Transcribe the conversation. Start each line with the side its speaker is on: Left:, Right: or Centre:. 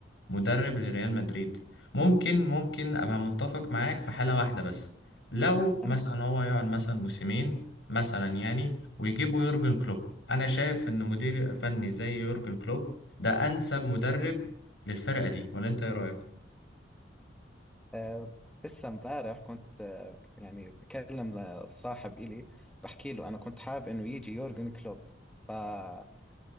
Left: مدرب لريال مدريد ممكن ممكن ابقى متفق معاك في حالة واحدة بس لو مثلا
Centre: عنه
Left: هو يقعد مثلا موسمين مثلا يعني ويجيبوا يورجن كلوب انا شايف ان مدير فني زي يورجن كلوب ده انسب مدرب للفرقة دي ولا انت ايه رأيك
Centre: أه لسه امبارح كنت أه يعني بكلم آه، صاحب إلي بحكي له أنا كنت حابب إنه يجي يورجن كلوب فبحكي